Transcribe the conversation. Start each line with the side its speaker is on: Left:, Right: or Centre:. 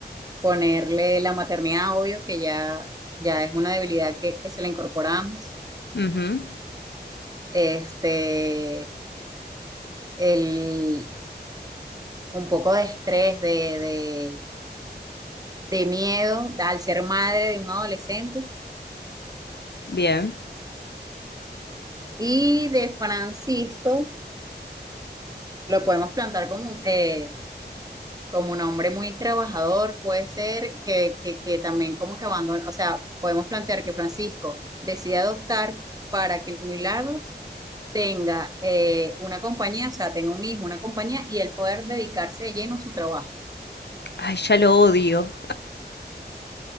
Right: ponerle la maternidad, obvio, que ya, ya es una debilidad que, que se le incorporamos.
Left: Ujú,
Right: Este, el, un poco de estrés, de, de, de miedo al ser madre de un adolescente.
Left: Bien.
Right: Y de Francisco lo podemos plantar como, un, eh, como un hombre muy trabajador, puede ser que, que, que también como que abandona, o sea, podemos plantear que Francisco decide adoptar para que Milagros tenga eh, una compañía, o sea, tenga un hijo, una compañía y él poder dedicarse de lleno a su trabajo.
Left: Ay, ya lo odio.